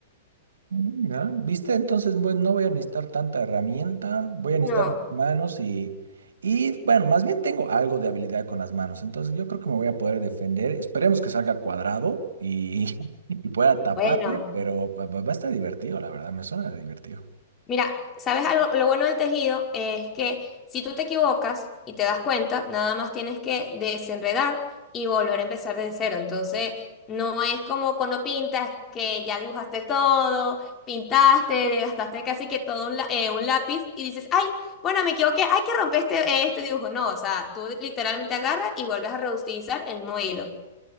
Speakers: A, on the right; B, on the left.
A: Mm, ya. ¿Viste? Entonces, bueno, no voy a necesitar tanta herramienta, voy a necesitar
B: No,
A: mis manos y, y, bueno, más bien tengo algo de habilidad con las manos, entonces yo creo que me voy a poder defender. Esperemos que salga cuadrado y, <laughs> y pueda taparme,
B: bueno.
A: pero va, va- va a estar divertido, la verdad, me suena divertido.
B: Mira, ¿sabes algo? Lo bueno del tejido es que si tú te equivocas y te das cuenta, nada más tienes que desenredar y volver a empezar desde cero. Entonces, no es como cuando pintas que ya dibujaste todo, pintaste, gastaste casi que todo un, la- eh, un lápiz y dices, ay, bueno, me equivoqué, hay que romper este, este dibujo. No, o sea, tú literalmente agarras y vuelves a reutilizar el mismo hilo.